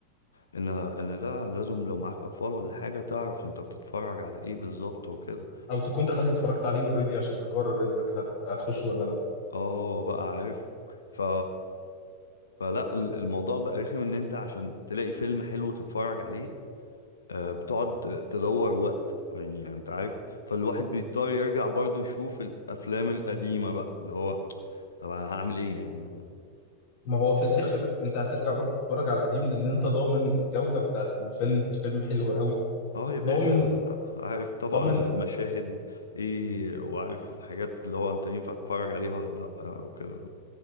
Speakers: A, on the left; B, on the left.
A: ان ان لا لازم لو معاك اطفال ولا حاجه تعرف انت بتتفرج على ايه بالظبط وكده
B: أو تكون دخلت اتفرجت عليه already عشان تقرر إنك هت- هتخش ولا لأ
A: اه بقى عارف ف فلا ال- الموضوع بقى رخم ان انت عشان تلاقي فيلم حلو تتفرج عليه آه، بتقعد تدور وقت يعني يعني انت عارف فالواحد بيضطر يرجع برضه يشوف الافلام القديمة بقى اللي هو طب أنا هعمل ايه يعني
B: ما هو في الآخر أنت هترجع برضه تتفرج على القديم لأن أنت ضامن الجودة بتاعت الفيلم الفيلم حلو قوي
A: اه يا باشا
B: ضامن
A: عارف طبعا
B: ضامن
A: المشاهد ايه وعارف الحاجات اللي هو انت ينفع تتفرج عليها ولا لا آه، وكده